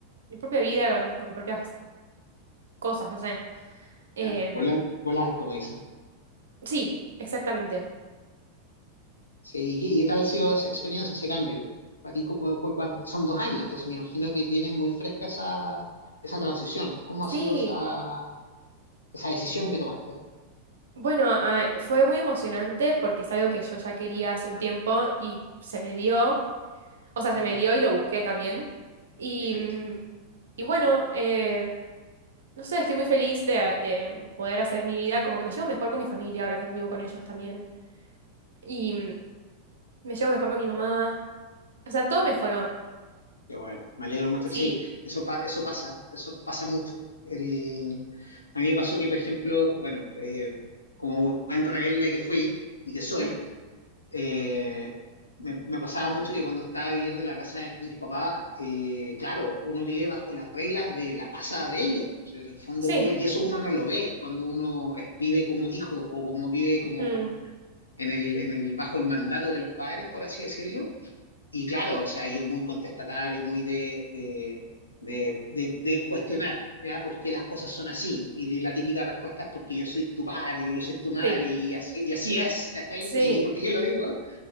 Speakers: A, on the right (about 65°); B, on the left (about 75°).
A: mi propia vida con, mi- con mis propias cosas, no sé. Em,
B: claro, volar, volar, como dicen.
A: sí, exactamente.
B: Sí, ¿y qué, y qué tal ha sido esa experiencia, ese cambio? Para ti, ¿cómo- cu- cuán- son dos años, entonces me imagino que tienes muy fresca esa, esa transición. ¿Cómo ha sido
A: Sí,
B: esa, esa decisión que tomaste?
A: bueno, ah, fue muy emocionante porque es algo que yo ya quería hace un tiempo y se me dio, o sea,
B: Ujú,
A: se me dio y lo busqué también. Y,
B: Perfecto.
A: mm, y bueno, eh, no sé, estoy muy feliz de, de poder hacer mi vida, como que me llevo mejor con mi familia ahora que no vivo con ellos también. Y, Me llevo mejor con mi mamá. O sea, todo mejoró.
B: Qué bueno, me alegro mucho.
A: Sí.
B: Sí, eso, pa- eso pasa, eso pasa mucho. El, a mí me pasó que, por ejemplo, bueno, eh, como buen rebelde que fui y que soy,
A: Ujú.
B: eh, me, me pasaba mucho que cuando estaba viviendo en la casa de mis papás, eh, claro, uno vive bajo las reglas de la casa de ellos. O sea, en el fondo
A: Sí.
B: uno, y eso uno no lo ve cuando uno es- vive como hijo o como vive como
A: Ujú.
B: en el, en el, bajo el mandato de los padres, por así decirlo y claro, o sea, yo muy contestatario, muy de, de, de, de- de cuestionar, ¿ya? ¿Por qué las cosas son así? Y la típica respuesta es porque yo soy tu padre, yo soy tu madre,
A: Sí.
B: y así, y así es, ¿cachai?
A: Sí.
B: Y porque yo lo digo.